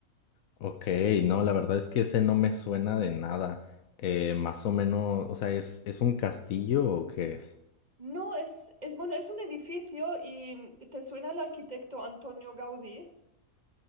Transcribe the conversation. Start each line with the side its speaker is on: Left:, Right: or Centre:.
Left: Ok, no, la verdad es que ese no me suena de nada. Eh, más o menos, o sea, ¿es, es un castillo o qué es?
Right: No, es, es bueno, es un edificio y ¿te suena el arquitecto Antonio Gaudí?